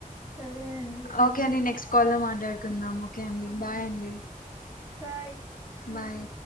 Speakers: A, on the right; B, on the left.
A: సరే అండి.
B: ఓకే అండి నెక్స్ట్ కాల్ లో మాట్లాడుకుందాం ఓకే అండి బాయ్ అండి
A: హాయ్
B: బాయ్